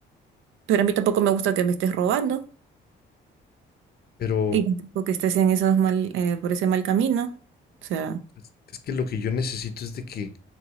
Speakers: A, on the right; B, on the left.
A: Pero a mí tampoco me gusta que me estés robando.
B: Pero
A: Y tampoco que estés en esos mal, eh, por ese mal camino. O sea,
B: es, es que lo que yo necesito es de que,